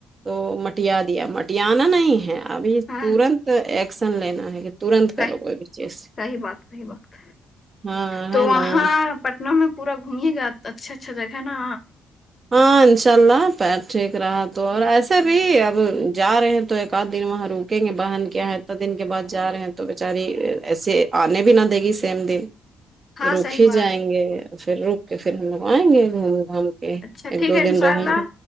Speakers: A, on the right (about 35°); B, on the left (about 40°).
A: تو مٹیا دیا مٹیانا نہیں ہے ابھی
B: ہاں
A: ترنت ایکشن لینا ہے ترنت کرو
B: صحی
A: کوئی بھی چیز
B: صحیح بات صحیح بات
A: ہاں
B: تو
A: ہے
B: وہاں
A: نا
B: پٹنہ میں پورا گھمیے گا اچھا اچھا جگہ ہے نا
A: ہاں انشاء اللہ پیر ٹھیک رہا تو اور ایسے بھی اب جا رہے ہیں تو ایک آدھ دن وہاں روک سکیں گے بہن کیا ہے اتنا دن کے بعد جا رہے ہیں تو بیچاری ایسے آنے بھی نہ دے گی سیم دن
B: ہاں
A: رک
B: صحیح
A: ہی
B: بات
A: جائیں گے پھر رک کے پھر ہم لوگ آئیں گے گھوم گھام کے
B: اچھا
A: ایک
B: ٹھیک
A: دو
B: ہے
A: دن
B: ان شاء
A: رہیں
B: اللہ
A: گے